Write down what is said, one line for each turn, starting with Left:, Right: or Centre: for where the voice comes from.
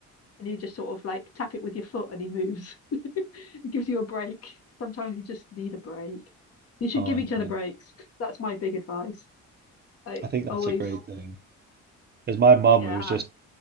Left: and you just sort of like tap it with your foot, and he moves. <laughs> It gives you a break. Sometimes you just need a break. You should
Right: Oh,
Left: give
Right: yeah.
Left: each other breaks. That's my big advice. I
Right: I think that's
Left: always
Right: a great thing. Because my mum,
Left: yeah
Right: it was just